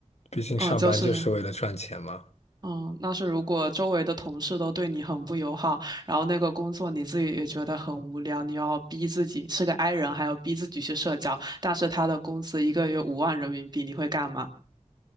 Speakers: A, on the left (about 60°); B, on the right (about 35°).
A: 毕竟上班就是为了赚钱嘛。
B: 嗯，就是，嗯，那是如果周围的同事都对你很不友好，然后那个工作你自己也觉得很无聊，你要逼自己是个 i 人，还要逼自己去社交，但是他的工资一个月五万人民币，你会干嘛？